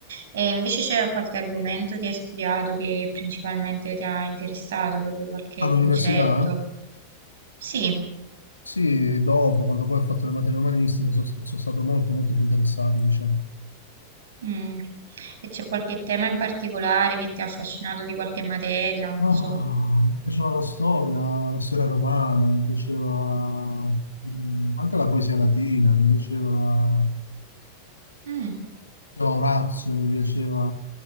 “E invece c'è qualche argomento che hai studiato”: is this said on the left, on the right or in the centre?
Right